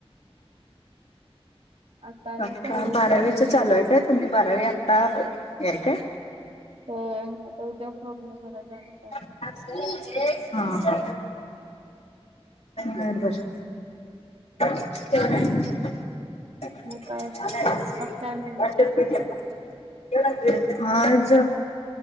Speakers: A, on the right; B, on the left.
A: आता आणि
B: मग
A: कॉलेज
B: आता बारावीच
A: मध्ये
B: चालू आहे काय, तुम्ही बारावी आत्ता याय काय?
A: हो आता उद्या फॉर्मला भरायला जाणार आहे.
B: हा, हा बरोबर. का <unintelligible> <unintelligible>
A: मग काय आज काय मेनू केलासा
B: आज